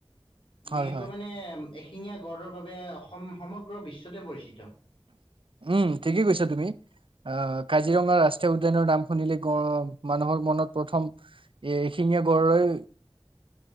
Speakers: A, on the right; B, on the left.
A: হয়
B: বিশেষকৈ
A: হয়
B: মানে। এশিঙীয়া। গডৰ বাবে অসম সমগ্ৰ বিশ্বতে পৰিচিত।
A: উম ঠিকেই কৈছা তুমি আহ কাজিৰঙা ৰাষ্ট্ৰীয় উদ্যানৰ নাম শুনিলে গ মানুহৰ মনত প্ৰথম এ এশিঙীয়া গড়ৈ।